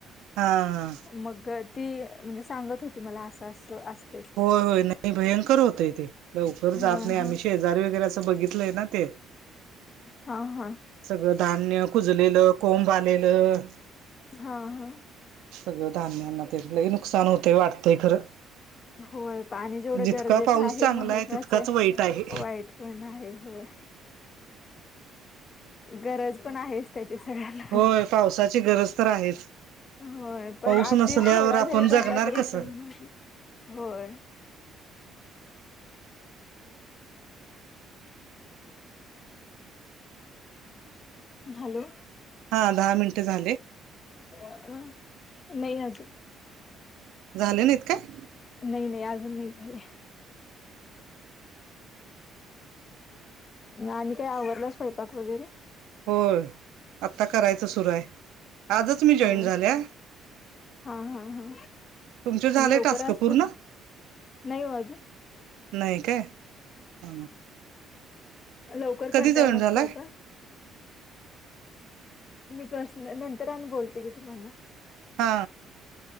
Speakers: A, on the right; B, on the left.
A: हा हा
B: मग ती म्हणजे सांगत होती मला असं असं असं
A: होय होय नाही भयंकर होतय ते. लवकर
B: हा
A: जात नाही, आम्ही
B: हा
A: शे जार वगैरे असं बघितलंय ना ते.
B: हा हा.
A: सगळं धान्य कुजलेलं, कोंब आलेलं.
B: हा हा.
A: सगळं धान्यांना तेन. लय नुकसान होतंय वाटतंय खरं.
B: होय पाणी जेवढं
A: जितका
B: गरजेचं
A: पाऊस
B: आहे,
A: चांगला
B: महत्वाचं
A: तितकाच
B: हाय.
A: वाईट आहे.
B: वाईट पण आहे होय. गरज पण आहेच त्याची सगळ्यांना.
A: होय पावसाची गरज तर आहेच.
B: होय पण
A: पाऊस
B: आती
A: नसल्यावर
B: थोडा
A: आपण
B: जरी
A: जगणार
B: पडला तरी
A: कसं?
B: सहन होत नाही. होय. हॅलो.
A: हा दहा मिनट झाले.
B: अ नाही अजून.
A: झाले नाहीत काय?
B: नाही नाही अजून नाही झाले. आणि काय आवरला स्वयंपाक वगैरे?
A: होय आता करायचं सुरू हाय. आजच मी
B: हो
A: जॉईन झाल्या.
B: हा हा हा,
A: तुमचे झाले
B: लवकर
A: टास्क
B: असतील
A: पूर्ण
B: नाही ओ अजून.
A: नाही काय हा.
B: लवकर करताय
A: जॉईन
B: मग
A: झालाय
B: स्वयंपाक? मी पर्सन नंतर आणि बोलतेकी तुम्हाला.
A: हा.